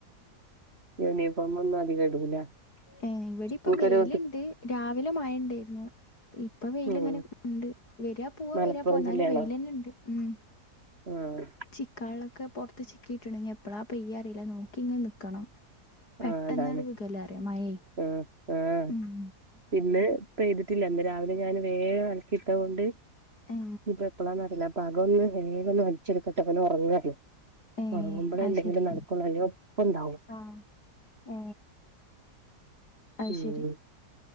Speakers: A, on the right; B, on the left.
A: ഇനിയിപ്പം ഒന്നും അതിൽ അധികം ഇടൂല
B: ഏഹ് ഇവടി ഇപ്പ
A: എനിക്കൊരു
B: വെയിലിണ്ട് രാവിലെ മഴ ഇണ്ടേര്ന്നു. ഇ ഇപ്പ വെയ്ൽ
A: ഉം
B: ഇങ്ങനെ ഉണ്ട് വര്ആ പോവാ
A: മലപ്പുറം
B: വര്ആ പോവാ എന്നാലും
A: ജില്ലയാണോ
B: വെയ്‌ല് തന്നെ ഉണ്ട് ഉം
A: ആഹ്
B: ചിക്കാള്ലൊക്കെ പൊറത്ത് ചി ക്കീട്ടുണ്ടെങ്കി എപ്പളാ പെയ്യ അറിയില്ല നോക്കി ഇങ്ങന നിക്കണം. പെട്ടന്ന്
A: ആഹ് അതാണ്
B: അവ്ട വിക്കല്ലാറിയാം മയേ
A: ആഹ് ആഹ്
B: ഉം
A: ഇന്ന് ഇപ്പ എട്ത്തില്ല ഇന്ന് രാവിലെ ഞാൻ വേഗം എളക്കി ഇട്ട കൊണ്ട് ഇനിപ്പ
B: ഏ
A: എപ്പളാന്നറിയില്ല അപ്പൊ അകം ഒന്ന് വേഗൊന്ന് വലിച്ചെടുക്കട്ടെ പെണ്ണ് ഒറങ്ങാണ്
B: ഏ
A: ഒറങ്ങുമ്പളേ
B: അത്
A: എന്തെങ്കിലും
B: ശരി
A: നടക്കോളൂ അല്ലോ പ്പം ഒണ്ടാവും
B: ആഹ് ഏ അത്
A: ഉം
B: ശരി